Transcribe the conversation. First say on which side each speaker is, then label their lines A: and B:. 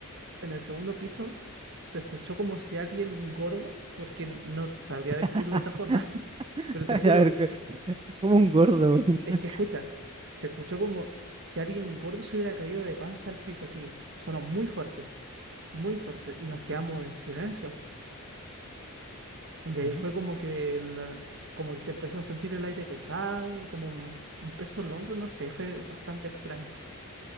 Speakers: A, on the right (about 55°); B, on the right (about 25°).
A: en el segundo piso se escuchó como si alguien gordo, porque no sabría describirlo
B: <laughs>
A: de otra forma, <laughs>
B: <laughs>
A: pero te
B: A
A: juro,
B: ver, que- <laughs> como un gordo, güey. <laughs>
A: es que escucha, se escuchó como que alguien gordo se hubiera caído de panza al piso, así, sonó muy fuerte, muy fuerte, y nos quedamos en silencio. Y ahí
B: Ya.
A: fue como que, la- como que se empezó a sentir el aire pesado, como un, un peso en el hombro, no sé, fue bastante extraño.